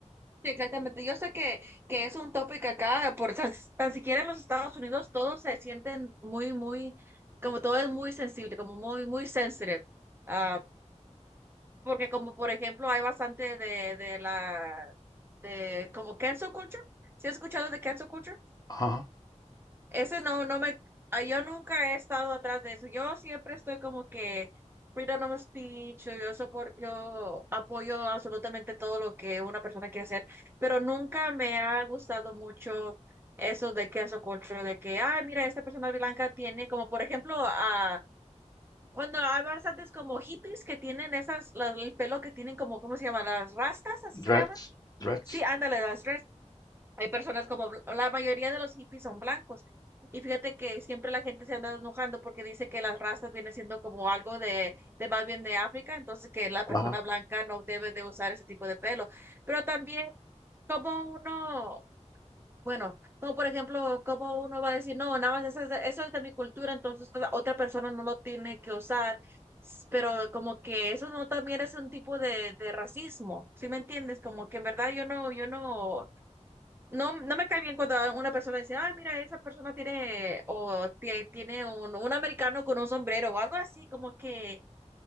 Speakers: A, on the right; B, on the left.
A: Sí, exactamente. Yo sé que, que es un tópico acá, por tan, tan siquiera en los Estados Unidos todos se sienten muy, muy, como todo es muy sensible, como muy, muy sensitive. Ah, porque como por ejemplo hay bastante de, de la, de como cancel culture. ¿Sí has escuchado de cancel culture?
B: Ajá.
A: Ese no, no me, ah, yo nunca he estado atrás de eso. Yo siempre estoy como que freedom of speech, yo sopor- yo apoyo absolutamente todo lo que una persona quiere hacer, pero nunca me ha gustado mucho eso de cancel culture, de que, ah mira, esta persona blanca tiene como, por ejemplo, a cuando hay bastantes como hippies que tienen esas, las- el pelo que tienen como, ¿cómo se llama? Las rastas, así
B: Dreads,
A: se llaman.
B: dreads.
A: Sí, ándale, las hay personas como, bl- la mayoría de los hippies son blancos. Y fíjate que siempre la gente se anda enojando porque dice que las razas viene siendo como algo de, de más bien de África, entonces que la persona
B: Ajá.
A: blanca no debe de usar ese tipo de pelo. Pero también como uno, bueno, como por ejemplo, como uno va a decir, no, nada más eso es de, eso es de mi cultura, entonces otra otra persona no lo tiene que usar. S- Pero como que eso no también es un tipo de, de racismo, ¿sí me entiendes? Como que en verdad yo no, yo no. No, no me cae bien cuando una persona dice, ay, mira, esa persona tiene, o tiene, tiene un, un americano con un sombrero o algo así, como que,